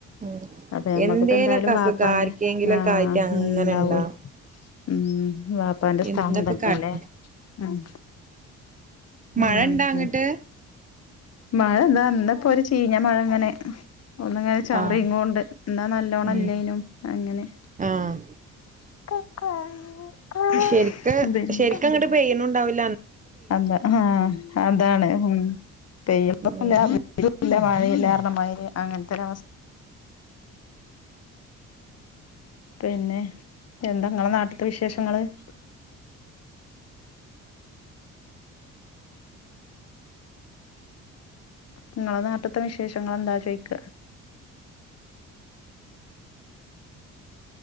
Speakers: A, on the right (about 25°); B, on the left (about 55°).
A: ഉം
B: അപ്പ നമ്മക്കഇപ്പോ
A: എന്തേലൊക്കെ
B: എന്തായാലും
A: അസുഖം
B: വപ്പാന്റെ
A: ആർക്കെങ്കിലൊക്കെ
B: ആഹ
A: ആയിട്ട് അങ്ങനെ
B: ഉണ്ടാവ്‌വേ
A: ഇണ്ടാവും
B: ഉം വാപ്പാന്റെ സ്ഥാനം
A: എന്താപ്പ
B: തന്നെല്ലേ
A: കാട്ട്ണ്
B: ഉം
A: മഴ
B: ഉം
A: ഇണ്ടാ അങ്ങട്ട്
B: മഴന്താ പൊരു ചീഞ്ഞ മഴ അങ്ങനെ ഒന്നങ്ങനെ ചാറിങ്ങോണ്ട്
A: ആഹ്
B: എന്നാ നല്ലോണം
A: ഉം
B: ഇല്ലേനും അങ്ങനെ
A: ആഹ്
B: <inaudible>
A: ശരിക്ക്
B: പിന്നെ
A: ശരിക്ക് അങ്ങഡ് പെയ്യണിണ്ടാവില്ല
B: അത ആഹ അതാണ് ഉം പെയ്യുമ്പോ
A: ഉം
B: ല്ല മഴയില്ല കാരണം അങ്ങനത്തൊരു അവസ്ഥ പിന്നെ എന്താ ഇങ്ങള നാട്ടത്തെ വിശേഷങ്ങള് <inaudible> നിങ്ങളെ നാട്ടത്തെ വിശേഷങ്ങൾ എന്താ ചോയിക്ക